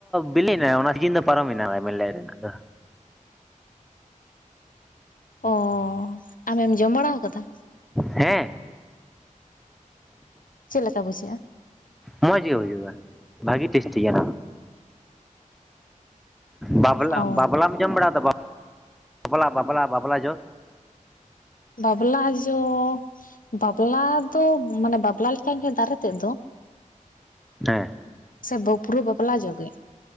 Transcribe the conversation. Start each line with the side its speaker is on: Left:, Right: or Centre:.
Centre: ᱵᱤᱞᱤ ᱦᱮᱱᱟ ᱚᱱᱟ ᱥᱤᱠᱤᱱ ᱫᱚ ᱯᱟᱨᱚᱢ ᱮᱱᱟ ᱡᱮᱨᱞᱮ ᱨᱮᱱᱟᱜ ᱫᱚ᱾
Left: ᱚᱻ ᱟᱢᱮᱢ ᱡᱚᱢ ᱵᱟᱲᱟᱣ ᱟᱠᱟᱫᱟ
Centre: ᱦᱮᱸ
Left: ᱪᱮᱫ ᱞᱮᱠᱟ ᱵᱩᱡᱷᱟᱹᱜᱼᱟ
Centre: ᱢᱚᱡᱽ ᱜᱮ ᱦᱩᱭᱩᱜᱼᱟ ᱵᱷᱟᱜᱮ ᱴᱮᱥᱴᱤᱭᱟ ᱵᱟᱵᱞᱟ
Left: ᱚ
Centre: ᱵᱟᱵᱞᱟᱢ ᱡᱚᱢ ᱵᱟᱲᱟᱫᱟ ᱵᱟᱵᱞᱟ ᱵᱟᱵᱞᱟ ᱵᱟᱵᱞᱟ ᱡᱚ
Left: ᱵᱟᱵᱞᱟ ᱡᱚ ᱵᱟᱵᱞᱟ ᱫᱚ ᱢᱟᱱᱮ ᱵᱟᱵᱞᱟ ᱞᱮᱠᱟ ᱜᱮ ᱫᱟᱨᱮ ᱛᱮᱫ ᱫᱚ
Centre: ᱦᱮᱸ
Left: ᱥᱮ ᱵᱟᱹ ᱯᱩᱨᱟᱹ ᱵᱟᱵᱞᱟ ᱡᱚᱜᱮ